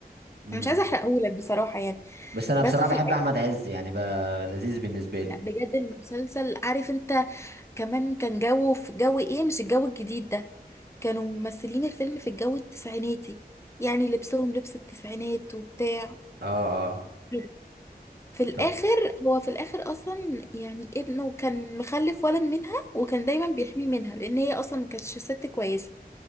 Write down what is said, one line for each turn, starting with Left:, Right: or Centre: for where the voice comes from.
Right: امم
Left: أنا مش عايزة احرقهولك بصراحة يعني
Right: بس انا
Left: بس
Right: بصراحة
Left: في
Right: بحب
Left: الاخر
Right: احمد عز يعني بقى لذيذ بالنسبة لي
Left: لا بجد المسلسل عارف انت كمان كان جو في جو ايه مش الجو الجديد ده كانوا ممثلين الفيلم في الجو التسعيناتي يعني لبسهم لبس التسعينات وبتاع
Right: اه اه
Left: كده. في الاخر
Right: طب
Left: هو في الاخر اصلا يعني ابنه كان مخلف ولد منها وكان دايما بيحميه منها لان هي اصلا ما كانتش ست كويسه